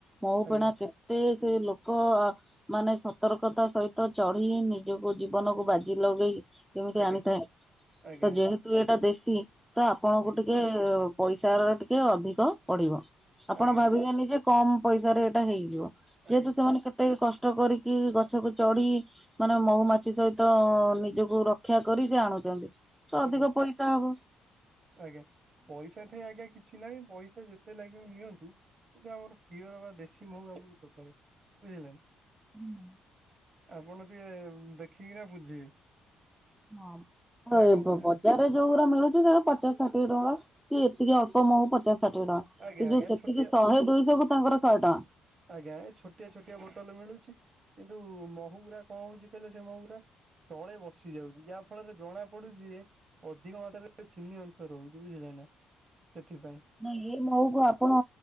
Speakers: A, in the centre; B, on the right.
A: ମହୁ
B: ଆଜ୍ଞା
A: ପେଣା କେତ୍ କେତେ ସେ ଲୋକ ଆ ମାନେ ସତର୍କତା ସହିତ ଚଢି ନିଜକୁ ଜୀବନକୁ ବାଜି ଲଗେଇ କେମିତି
B: ଆଜ୍ଞା
A: ଆଣିଥାଏ
B: ଆଜ୍ଞା
A: ତ
B: ଆଜ୍ଞା
A: ଯେହେ ତୁ ଏଇଟା ଦେଶୀ ତ ଆପଣଙ୍କୁ
B: ଆଜ୍ଞା।
A: ଟିକେ ପଇସାର ଟିକେ ଅଧିକ ପଡିବ। ଆପଣ
B: ଆଜ୍ଞା
A: ଭାବିବେନି ଯେ କମ ପଇସାରେ ଏଇଟା ହେଇଯିବ
B: ଆଜ୍ଞା
A: ଯେହେତୁ ସେମାନେ
B: ଆଜ୍ଞା
A: କେ କେତେ କଷ୍ଟ କରିକି ଗଛକୁ ଚଢି ମାନେ ମହୁ ମାଛି ସହିତ ନିଜକୁ ରକ୍ଷା କରି ସେ ଆଣୁଚନ୍ତି। ତ ଅଧିକ
B: ଆଜ୍ଞା
A: ପଇସା ହବ।
B: ଆଜ୍ଞା ପଇସା ଠେଇଁ ଆଜ୍ଞା କିଛି ନାଇଁ ପଇସା ଯେତେ ଲାଗିବ ନିଅନ୍ତୁ କିନ୍ତୁ ଆମର ପିଅର ବା ଦେଶୀ ମହୁ ଆମକୁ ଦକାରେ ବୁଝିଲଣି।
A: ହୁଁ।
B: ଆପଣ ଟିକେ ଦେଖିକିନା ବୁଝିବେ।
A: ହଁ
B: ନା
A: ହଁ
B: କଣ
A: <inaudible>
B: କହୁଛନ୍ତି
A: ବଜାର ରେ ଯୋଉ ଗୁରା ମିଳୁଚି ସେଗୁଡା ପଚଶ ଷାଠିଏ ଟଙ୍କା କି ଏତିକି ଅଳ୍ପ୍ ମହୁ ପଚାଶ ଷାଠିଏ ଟଙ୍କା।
B: ଆଜ୍ଞା
A: ଏ
B: ଆଜ୍ଞା
A: ଯୋଉ ସେତିକି
B: ଛୋଟିଆ
A: ଶହେ ଦୁଇଶହ କୁ ତାଙ୍କର ଶହେ ଟଙ୍କା।
B: ଆଜ୍ଞା ଏ ଛୋଟିଆ ଛୋଟିଆ ବୋଟଲ ମିଳୁଚି କିନ୍ତୁ ମହୁଗୁରା କଣ ହଉଚି କହିଲ ସେ ମହୁ ଗୁରା? ତଳେ ବସିି ଯାଉଚି ଯାହା ଫଳରେ ଜଣା ପଡୁଚି ଏ ଅଧିକ ମାତ୍ରାରେ ଚିନି ଅଂଶ ରହୁଚି ବୁଝିଲେ ନା ସେଥିପାଇଁ
A: ନାଇଁ ଏ ମହୁକୁ ଆପଣ